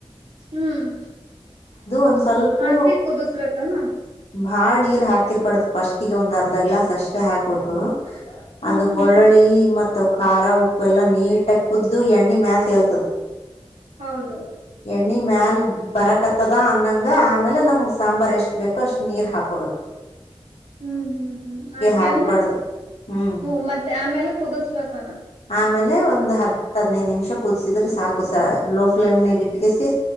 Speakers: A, on the right; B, on the left.
A: ಹ್ಮ್,
B: ಒಂದು ಸ್ವಲ್ಪ
A: ಆಕಿಕುದಿಸ್ಬೇಕಾನ
B: ಭಾಳ ನೀರ್ ಹಾಕಿರಬಾರ್ದ ಫಸ್ಟಿಗೆ ಒಂದ್ ಅರ್ಧ ಗ್ಲಾಸ್ ಅಷ್ಟೇ ಹಾಕ್ಬೇಕು.
A: ಹ್ಮ್
B: ಅದು
A: ಹ್ಮ್
B: ಬೆಳ್ಳುಳ್ಳಿ
A: ಹ್ಮ್
B: ಮತ್ತಖಾರ ಉಪ್ಪು ಎಲ್ಲಾ ನೀಟಾಗಿ ಕುದ್ದು ಎಣ್ಣೆ ಮ್ಯಾಲ ತೇಲ್ತದ.
A: ಹೌದು,
B: ಎಣ್ಣೆ ಮ್ಯಾಲ ಬರಕತ್ತದ ಅನ್ನಂಗ ಆಮೇಲೆ ನಮಗ್ ಸಾಂಬಾರ್ ಎಷ್ಟು ಬೇಕೋ ಅಷ್ಟು ನೀರ್ ಹಾಕೋಬೇಕು.
A: <inaudible> ಹ್ಮ್, ಹ್ಮ್, ಹ್ಮ್ ಆಕೆಂದ
B: ಹಾಕಬಾರ್ದು ಹ್ಞೂ
A: ಹ ಮತ್ತೆ ಆಮೇಲೆ ಕುದಸ್ಬೇಕಾನ.
B: ಆಮೇಲೆ ಒಂದು ಹತ್ತು ಹದ್ನೈದು ನಿಮಿಷ ಕುದಿಸಿದ್ರೆ ಸಾಕು ಸ ಲೋ ಫ್ಲೇಮ್ನಾಗ ಇಟ್ಕಿಸಿ